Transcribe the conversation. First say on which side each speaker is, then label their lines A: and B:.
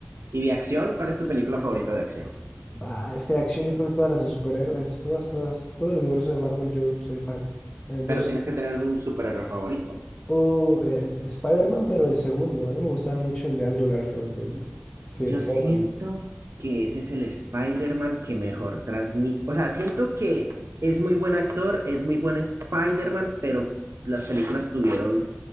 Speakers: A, on the right; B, on the left.
A: ¿Y de acción? ¿Cuál es tu película favorita de acción?
B: Bah, es que de acción yo creo que todas las de superhéroes, todas, todas, todo el universo de Marvel yo soy fan. Eh, yo
A: Pero
B: sí.
A: tienes que tener un superhéroe favorito.
B: O eh, Spider-Man, pero el segundo. A mí me gustaba mucho el de Andrew Garfield. El... Sí,
A: Yo
B: el Spider-Man.
A: siento que ese es el Spider-Man que mejor transmite. O sea, siento que es muy buen actor, es muy buen Spider-Man, pero las películas tuvieron,